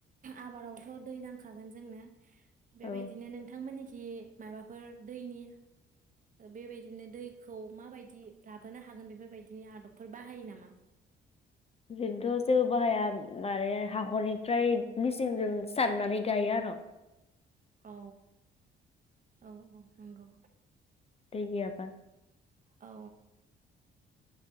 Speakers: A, on the right; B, on the left.
A: आबादावथ दै नांखागोन जोंनो बेबायदिनो
B: औ
A: नोंथांमोननिथिं <unintelligible> माबाफोर दैनि बेबायदिनो दैखौ माबायदि लाबोनो हागोन बेफोरबायदिनि आदबफोर बाहायो नामा?
B: जोंथ जेबो बाहाया माने हाखरनिफ्राय मेसिनजों सारनानै गायो आरो
A: अ औ औ नंगौ।
B: दै गैयाबा
A: औ।